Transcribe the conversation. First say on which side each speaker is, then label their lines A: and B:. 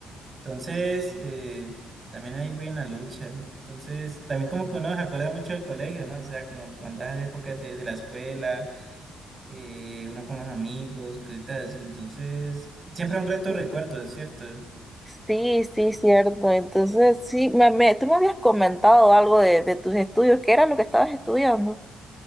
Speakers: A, on the right; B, in the centre.
A: Entonces, eh, también ahí voy la lucha. Entonces, también como que uno se acuerda mucho del colegio, ¿no? O sea, como cuando esas épocas de, de la escuela, que uno con los amigos, cositas así. Entonces, siempre un grato
B: Sí,
A: recuerdo, ¿cierto?
B: sí, sí, cierto. Entonces, sí, me, me- tú me habías comentado algo de, de tus estudios, ¿qué era lo que estabas estudiando?